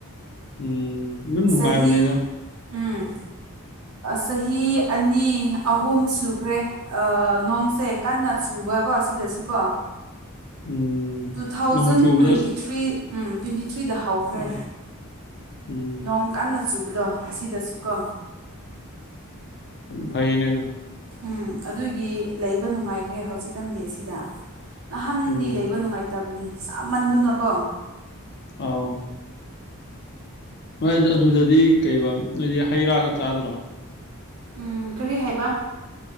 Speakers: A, on the left; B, on the right.
A: ꯎꯝ ꯑꯗꯨꯝ ꯅꯨꯡꯉꯥꯏꯕꯅꯤꯗ
B: ꯆꯍꯤ ꯎꯝ ꯆꯍꯤ ꯑꯅꯤ ꯑꯍꯨꯝ ꯁꯨꯈ꯭ꯔꯦ ꯑꯥ ꯅꯣꯡꯁꯦ ꯀꯟꯅ ꯆꯨ ꯎꯕꯦꯀꯣ ꯑꯁꯤꯗꯁꯨꯀꯣ
A: ꯎꯝ
B: ꯇꯨ ꯊꯥꯎꯖꯟ
A: ꯅꯣꯡ ꯆꯨꯕꯗ
B: ꯇ꯭ꯋꯦꯟꯇꯤ
A: ꯑꯁ
B: ꯊ꯭ꯔꯤ ꯎꯝ ꯇ꯭ꯋꯦꯟꯇꯤ ꯊ꯭ꯔꯤꯗ ꯍꯧꯈ꯭ꯔꯦ
A: ꯑꯥ ꯎꯝ
B: ꯅꯣꯡ ꯀꯟꯅ ꯆꯨꯕꯗꯣ ꯑꯁꯤꯗꯁꯨ ꯀꯣ
A: ꯐꯩꯅꯦꯗꯨ
B: ꯎꯝ ꯑꯗꯨꯒꯤ ꯂꯩꯕ ꯅꯨꯡꯉꯥꯏꯈ꯭ꯔꯦ ꯍꯧꯖꯤꯛꯀꯥꯟꯗꯤ ꯑꯁꯤꯗ ꯅꯍꯥꯟꯗꯤ
A: ꯎꯝ
B: ꯂꯩꯕ ꯅꯨꯡꯉꯥꯏꯇꯕꯅꯤ ꯁꯥꯃꯟꯗꯨꯅꯀꯣ
A: ꯑꯥꯎ ꯍꯣꯏ ꯑꯗꯨꯗꯗꯤ ꯀꯩꯕ ꯅꯣꯏꯗꯤ ꯍꯩꯔꯥꯒ ꯆꯥꯗ꯭ꯔꯣ
B: ꯎꯝ ꯀꯔꯤ ꯍꯥꯏꯕ